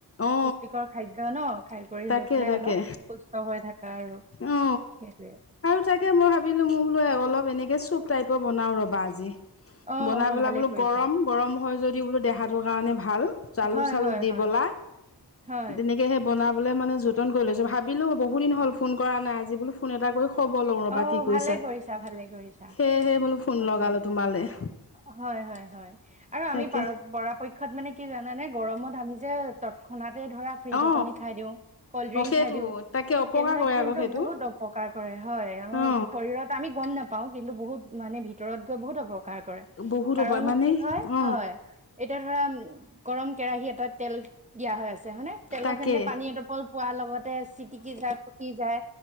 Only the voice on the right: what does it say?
পুষ্টিকৰ খাদ্য ন। খাই কৰি
লৈ পেলাই
অলপ, সুস্থ হৈ থাকা আৰু
সেইটোৱেই।
অ
অ
ভালে
কৰিছা
হয়
হয়
হয়
হয়
অ
ভালে ভালে কৰিছা
ভাল
কৰিছা
হয় হয় হয়, আৰু
আমি প পৰাপক্ষত মানে কি জানানে গৰমত আমি যে তৎক্ষণাত এই ধৰা ফ্ৰিজৰ
পানী খাই দিও, কল্ড ড্ৰিংক
খাই দিও,
সেইবিলাক
কিন্তু
বহুত অপকাৰ কৰে। হয়, আমাৰ
শৰীৰত আমি গম নাপাও, কিন্তু বহুত মানে ভিতৰত গৈ বহুত অপ কাৰ কৰে,
কাৰণ
কি হয়,
হয়। এতিয়া ধৰা গৰম কেৰাহী এটাত তেল দিয়া হৈ আছে, হয়নে? তেলত
যেনেকে পানী এডপল পোৱা লগতে চিটিকি যায়, পকি যায়।